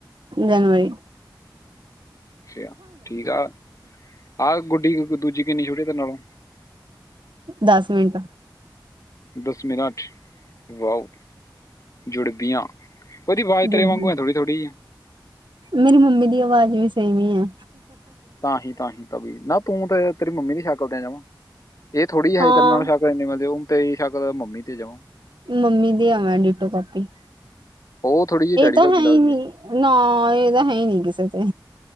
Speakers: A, on the right; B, on the left.
A: ਜਨਵਰੀ।
B: ਛਾ ਠੀਕ ਆ, ਆ ਗੁੱਡੀ ਦੂਜੀ ਕਿੰਨੀ ਛੋਟੀ ਛੋਟੇ ਦੇ ਨਾਲੋਂ?
A: ਦੱਸ ਮਿੰਟ।
B: ਦਸ ਮਿੰਟ ਵਾਓ ਜੁੜਬੀਆ। ਓਦੀ ਵਾਜ ਤੇਰੇ
A: ਜੁੜ
B: ਵਾਗੂ
A: ਗਈ
B: ਆ, ਥੋੜੀ-ਥੋੜੀ।
A: ਮੇਰੀ ਮੰਮੀ ਦੀ ਅਵਾਜ ਵੀ ਸੇਮ ਈ ੲੈ।
B: ਤਾਹੀ-ਤਾਹੀ ਤਾ ਵੀ ਨਾ, ਤੂੰ ਤੇ ਤੇਰੀ ਮੰਮੀ ਵੀ ਸੈਕਲ ਤੇ ਜਾਓ, ਏ ਥੋੜੀ ਹੈਹੇ
A: ਹਾਂ
B: ਕਰਨ ਸੈ <unintelligible> ਤੇਰੀ ਸੈਕਲ ਮੰਮੀ ਤੇ ਜਾਉ।
A: ਮੰਮੀ ਦੀ ਆ ਮੈ ਡੀਟੋ ਕਾਪੀ।
B: ਉਹ ਥੋੜੀ ਜਿਹੀ
A: ਏਹ
B: ਡੈਡੀ
A: ਤਾਂ
B: ਵਰਗੀ
A: ਹੈਈ
B: ਲੱਗਦੀ
A: ਨੀ
B: ਹੈ
A: ਨਾ, ਏ ਤਾਂ ਹੈਈ ਨੀ ਕਿਸੇ ਤੇ।